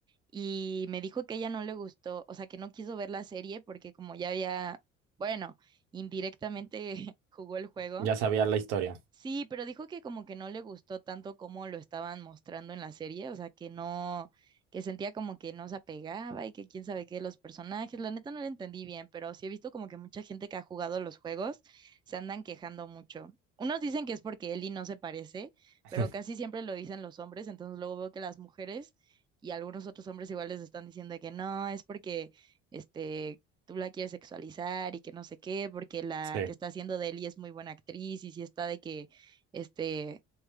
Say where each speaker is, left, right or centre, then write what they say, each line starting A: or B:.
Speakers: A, on the right; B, on the right.
A: y me dijo que ella no le gustó, o sea, que no quiso ver la serie porque como ya había, bueno, indirectamente <laughs> jugó el juego,
B: ya sabía la historia.
A: Sí, pero dijo que como que no le gustó tanto como lo estaban mostrando en la serie, o sea, que no, que sentía como que no se apegaba y que quién sabe qué de los personajes, la neta no lo entendí bien, pero sí he visto como que mucha gente que ha jugado los juegos se andan quejando mucho. Unos dicen que es porque Ellie no se parece,
B: <laughs>
A: pero casi siempre lo dicen los hombres, entonces luego veo que las mujeres y algunos otros hombres igual les están diciendo de que no, es porque este tú la quieres sexualizar y que no sé qué, porque la
B: Sí.
A: que está haciendo de Ellie es muy buena actriz y si está de que, este,